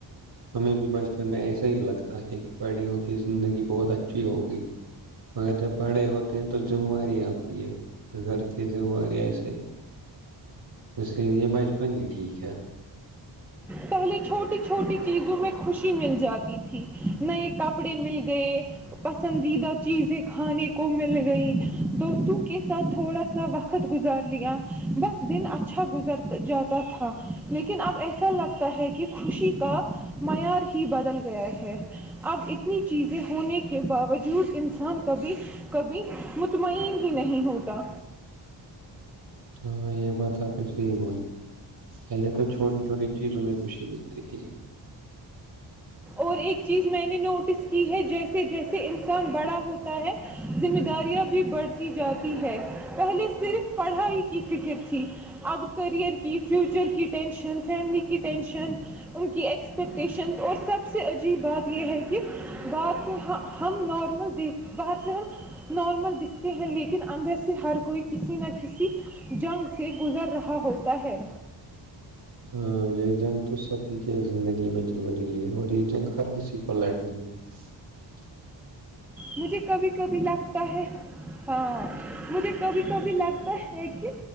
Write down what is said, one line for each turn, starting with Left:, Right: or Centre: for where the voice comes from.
Right: ہمیں بھی بچپن میں ایسا ہی لگتا کہ بڑے ہو کی زندگی بہت اچھی ہوگی مگر جب بڑے ہو تو تو تو ج و ت یہ گ ایسے اس لیے یہ بچپن ہی ٹھیک کھ ہے
Centre: پہلے چھوٹی چھوٹی چیزوں میں خوشی مل جاتی تھی نئے کپڑے مل گئے پسندیدہ چیزیں کھانے کو مل گئیں دوستوں کے ساتھ تھوڑا سا وقت گزار لیا بس دن اچھا گزر جاتا تھا لیکن اب ایسا لگتا ہے کہ خوشی کا معیار ہی بدل گیا ہے اب اتنی چیزیں ہونے کے باوجود انسان کبھی کبھی مطمئن ہی نہیں ہوتا
Right: ہاں یہ بات آپ نے صی بولی پہلے تو چھوٹی چھوٹی چیزوں میں خوشی ملتی اس
Centre: اور ایک چیز میں نے نوٹس کی ہے جیسے جیسے سے انسان بڑا ہوتا ہے ذمہ داریاں بھی بڑھتی جاتی ہے پہلے صرف پڑھائی کی فکر تھی اب کریئر کی فیوچر کی ٹینشن فیملی کی ٹینشن ان کی ایکسپیکٹیشنس اور سب سب سے عجیب بات یہ ہے کہ بر سے ہم نارمل دیک باہر سے ہم نارمل دکھتے ہیں لیکن اندر سے ہر کوئی کسی نہ کسی جنگ سے گزر رہا ہوتا ہے
Right: ہاں یہ جنگ تو سبھی کے زندگی میں چل رہی ہے اور یہ جنگ ہر کسی کو لڑنی ہے ہے
Centre: مجھے کبھی کبھی لگتا ہے ہاں مجھے کبھی کبھی لگتا ہے کہ